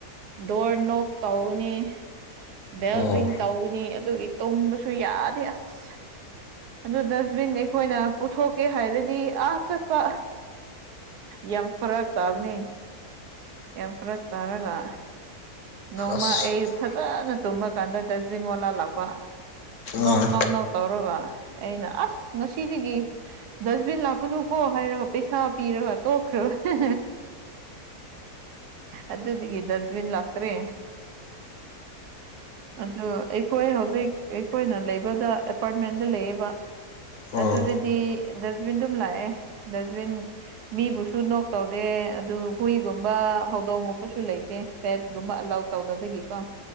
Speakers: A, on the right; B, on the left.
A: ꯗꯧꯣꯔ ꯅꯣꯛ ꯇꯧꯅꯤ ꯕꯦꯜ
B: ꯑꯣ
A: ꯔꯤꯡ ꯇꯧꯒꯅꯤ ꯑꯗꯨꯒꯤ ꯇꯨꯝꯕꯁꯨ ꯌꯥꯗꯦ ꯑꯁ ꯑꯗꯨ ꯗꯁꯕꯤꯟ ꯑꯩꯈꯣꯏꯅ ꯄꯨꯊꯣꯛꯀꯦ ꯍꯥꯏꯔꯗꯤ ꯑꯥ ꯆꯠꯄ ꯌꯥꯝ ꯐꯔꯛ ꯇꯥꯕꯅꯤ ꯌꯥꯝ ꯐꯔꯛ ꯇꯥꯔꯒ ꯅꯣꯡꯃ
B: ꯑꯁ
A: ꯑꯩ ꯐꯖꯅ ꯇꯨꯝꯃ ꯀꯥꯟꯗ ꯗꯁꯕꯤꯟ ꯋꯥꯂꯥ ꯂꯥꯛꯄ ꯅꯣꯛ
B: ꯑꯥ
A: ꯅꯣꯛ ꯅꯣꯛ ꯇꯧꯔꯒ ꯑꯩꯅ ꯑꯁ ꯉꯁꯤꯗꯒꯤ ꯗꯁꯕꯤꯟ ꯂꯥꯛꯀꯅꯨꯀꯣ ꯍꯥꯏꯔꯒ ꯄꯩꯁꯥ ꯄꯤꯔꯒ ꯇꯣꯛꯈ꯭ꯔꯕ ꯑꯗꯨꯗꯒꯤ ꯗꯁꯕꯤꯟ ꯂꯥꯛꯇ꯭ꯔꯦ ꯑꯗꯨ ꯑꯩꯈꯣꯏ ꯍꯧꯖꯤꯛ ꯑꯩꯈꯣꯏꯅ ꯂꯩꯕꯗ ꯑꯦꯄꯥꯔꯠꯃꯦꯟꯗ ꯂꯩꯌꯦꯕ
B: ꯑꯥ
A: ꯑꯗꯨꯗꯗꯤ ꯗꯁꯕꯤꯟꯗꯨꯝ ꯂꯥꯛꯑꯦ ꯗꯁꯕꯤꯟ ꯃꯤꯕꯨꯁꯨ ꯅꯣꯛ ꯇꯧꯗꯦ ꯑꯗꯨ ꯍꯨꯏꯒꯨꯝꯕ ꯍꯧꯗꯣꯡꯒꯨꯝꯕꯁꯨ ꯂꯩꯇꯦ ꯐꯦꯠ ꯑꯗꯨꯨꯝꯝꯕ ꯑꯂꯥꯎ ꯇꯧꯗꯕꯒꯤꯀꯣ